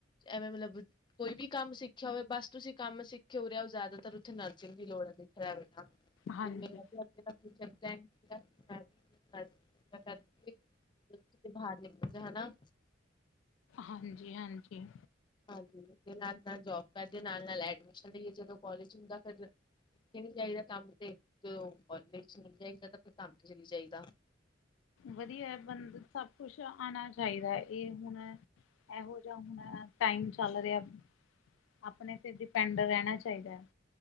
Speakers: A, on the left; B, on the left.
A: ਐਵੇਂ ਮਤਲਬ ਕੋਈ ਵੀ ਕੰਮ ਸਿੱਖਿਆ ਹੋਵੇ ਬਸ ਤੁਸੀਂ ਕੰਮ ਸਿੱਖ ਕੇ ਉਰੇ ਆਉ ਜ਼ਿਆਦਾਤਰ ਉੱਥੇ ਨਰਸਿੰਗ ਦੀ ਲੋੜ ਐ ਪ੍ਰਾਈਵੇਟ ਨਾ,
B: ਹਾਂਜੀ
A: ਜਿੰਨੀ ਮਰਜ਼ੀ ਆ ਦੇ ਤਾਂ ਫਿਊਚਰ ਮੈਂ ਵੀ ਨਰਸਿੰਗ ਦਾ ਕਰਦੀ ਮਤਲਬ ਤੁਸੀ ਬਾਹਾਰ ਨਿਕਲ ਜੇ ਹੈਨਾ।
B: ਹਾਂਜੀ ਹਾਂਜੀ।
A: ਹਾਂਜੀ ਤੇ ਨਾਲ ਨਾਲ ਜੋਬ ਕਰਦੇ ਨਾਲ ਨਾਲ ਐਡਮਿਸ਼ਨ ਲਈਏ ਜਦੋ ਕੋਲੇਜ ਹੁੰਦਾ ਫੇਰ ਇਥੇ ਨੀ ਜਾਈਦਾ ਕੰਮ ਤੇ ਜਦੋ ਕੋਲੇਜ ਚਲੀ ਜਾਈਦਾ ਤਾ ਫੇਰ ਕੰਮ ਤੇ ਚਲੀ ਜਾਈਦਾ।
B: ਵਧੀਆ ਏ ਬੰਦ ਸਭ ਕੁਛ ਆਨਾ ਚਾਈਦਾ ਐ ਐ ਹੁਨ ਐਹੋ ਜਾ ਹੁਨ ਟਾਈਮ ਚੱਲ ਰਆ। ਅਪਨੇ ਤੇ ਡੀਪੇਂਡ ਰਹਿਨਾ ਚਾਯੀਦਾ ਐ।